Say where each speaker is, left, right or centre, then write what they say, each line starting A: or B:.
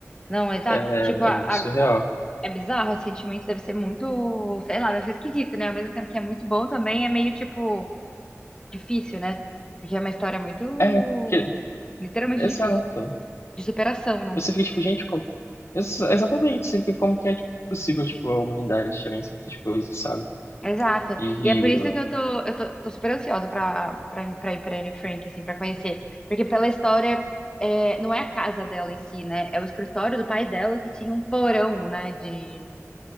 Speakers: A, on the left; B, on the left.
A: Não, exato.
B: é,
A: Tipo, a-
B: é muito
A: a-
B: surreal.
A: a- é bizarro, o sentimento deve ser muito, sei lá, deve ser esquisito, né? Ao mesmo tempo que é muito bom também, é meio, tipo, difícil, né? Porque é uma história muito,
B: É, porque,
A: literalmente
B: exato.
A: difícil, de superação, né?
B: Você fica, tipo, gente, Ex- Exatamente, sempre como que é tipo, possível, tipo, a humanidade chegar em certas coisas, sabe?
A: Exato.
B: E,
A: E é por isso que eu tô, eu tô, tô super ansiosa pra, pra, pra ir pra Anne Frank, assim, pra conhecer. Porque pela história, é, não é a casa dela em si, né? É o escritório do pai dela que tinha um porão, né? De